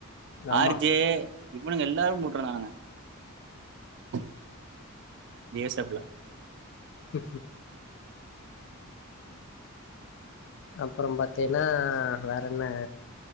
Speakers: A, on the left; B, on the right.
A: ஆமா.
B: ஆர் ஜெ இவனுங்க எல்லாரு போட்ருகாங்க <unintelligible>
A: உ அப்பறோ பாத்தீங்கன்னா வேற என்ன